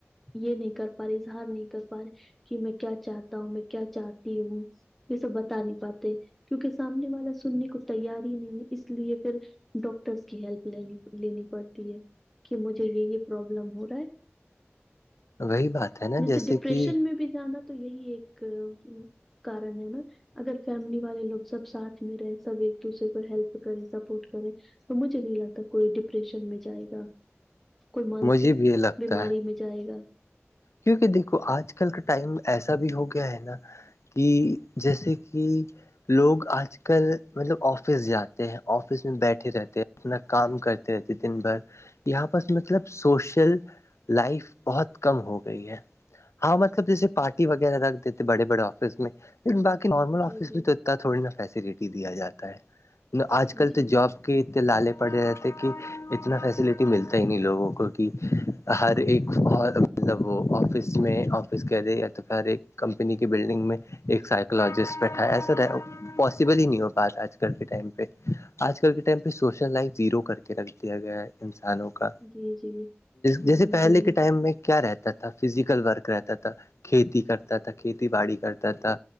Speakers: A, in the centre; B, on the left.
A: یہ نہیں کر پا رہے اظہار نہیں کر پا رہے کہ میں کیا چاہتا ہوں میں کیا چاہتی ہوں یہ سب بتا نہیں پاتے کیونکہ سامنے والا سننے کو تیار ہی نہیں اس لیے پھر ڈاکٹرس کی ہیلپ لینی لینی پڑتی ہے کہ مجھے یہ یہ پرابلم ہو رہا ہے
B: وہی بات ہے نا
A: جیسے ڈپریشن
B: کہ
A: میں بھی جانا تو یہی ایک کارن ہے نا اگر فیملی والے لوگ سب ساتھ میں رہے سب ایک دوسرے کو ہیلپ کرے سپورٹ کرے تو مجھے نہیں لگتا کوئی ڈپریشن میں جائے گا کوئی مانسک
B: مجھے بھی یہ لگتا
A: بیماری
B: ہے
A: میں جائے گا
B: کیونکہ دیکھو آج کل کا ٹائم ایسا بھی ہو گیا ہے نا کہ جیسے کہ لوگ آج کل مطلب آفس جاتے ہیں آفس میں بیٹھے رہتے ہیں اپنا کام کرتے رہتے دن بھر یہاں پرس مطلب سوشل لائف بہت کم ہوگی گئی ہے ہاں مطلب جیسے پارٹی وغیرہ رکھ دیتے بڑے بڑے آفس میں لن باقی نارمل آفس
A: جی جی
B: بھی تو ات تھوڑی نا فیسلٹی دیا جاتا ہے آج کل تو
A: جی
B: جاب کہ اتنے لالے پڑے رہ تھ کہ اتنا فیسلٹی ملتا ہی نہیں لوگوں کو کہ ہر ایک وہ آفس میں آفس کہ دے یا تو پر ایک کمپنی کی بلڈنگ میں ایک سائکولوجسٹ بیٹھا ہے ایسا رہ پاسبل ہی نہیں ہو پا آج کل کے ٹائم پہ آج کل کے ٹائم پہ سوشل لائف زیرو کر کے رکھ دیا گیا ہے انسانوں کو
A: جی جی جی
B: جیسے
A: مجھے
B: پہلے کے ٹائم میں کیا رہتا تھا تھا فزیکل ورک رہتا تھا کھیتی کرتا تھا کھیتی باڑی کرتا تھا